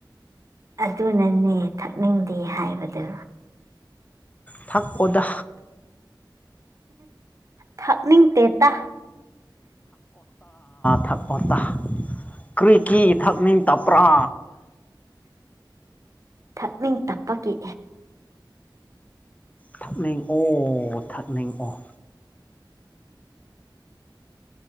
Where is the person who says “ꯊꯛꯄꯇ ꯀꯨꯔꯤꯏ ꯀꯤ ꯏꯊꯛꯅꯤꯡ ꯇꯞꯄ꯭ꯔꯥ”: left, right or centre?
Left